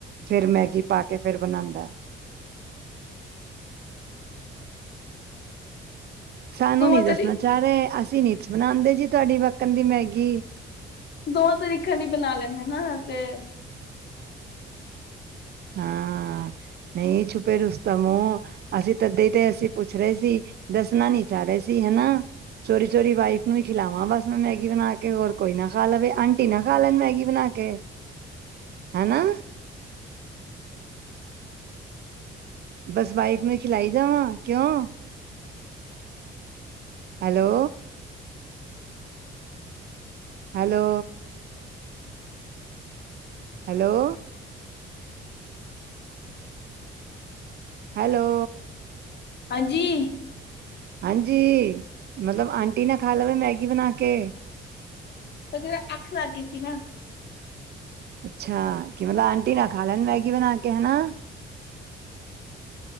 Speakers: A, on the right; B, on the left.
A: ਫੇਰ ਮੈਗੀ ਪਾ ਕੇ ਫੇਰ ਬਨਾਂਦਾ ਐ। ਸਾਨੂੰ
B: ਦੋਵਾਂ
A: ਨੀ ਦੱਸਣਾ
B: ਤਰੀ
A: ਚਾ ਰੇ। ਅਸੀ ਨੀ ਬਨਾਂਦੇ ਜੀ ਤੁਆਡੀ ਵਕਨ ਦੀ ਮੈਂਗੀ।
B: ਦੋ ਤਰੀਕੇ ਦੀ ਬਨਾ ਲੈਨਾ ਨਾ ਤੇ।
A: ਹਾਂ। ਨਈ ਛੁਪੇ ਰੁਸਤਮ ਓ। ਅਸੀ ਤਦੀ ਤੇ ਅਸੀ ਪੁੱਛ ਰੇਸੀ। ਦੱਸਨਾ ਨੀ ਚਾਰੇ ਸੀ ਹੈਨਾ। ਚੋਰੀ ਚੋਰੀ ਵਾਈਫ ਨੂੰ ਈ ਖਿਲਾਵਾਂ ਬਸ ਮੈਂ ਮੈਗੀ ਬਨਾ ਕੇ। ਹੋਰ ਕੋਈ ਨਾ ਖਾ ਲਵੇ, ਆਂਟੀ ਨਾ ਖਾ ਲੈਨ ਮੈਗੀ ਬਨਾ ਕੇ। ਹੈਨਾ। ਬਸ ਵਾਈਫ਼ ਨੂੰ ਈ ਖਿਲਾਈ ਜਾਵਾਂ ਕਿਓਂ। ਹੈਲੋ! ਹੈਲੋ! ਹੈਲੋ! ਹੈਲੋ!
B: ਹਾਂਜੀ!
A: ਹਾਂਜੀ! ਮਤਲਬ ਆਂਟੀ ਨਾ ਖਾ ਲਵੇ ਮੈਂਗੀ ਬਣਾ ਕੇ।
B: ਉਹ ਜ਼ਰਾ ਅੱਖ ਲੱਗ ਗਈ ਸੀ ਨਾ।
A: ਅੱਛਾ! ਕਿ ਮਤਲਬ ਆਂਟੀ ਨਾ ਖਾ ਲੈਣ ਮੈਂਗੀ ਬਣਾ ਕੇ ਹਨਾ।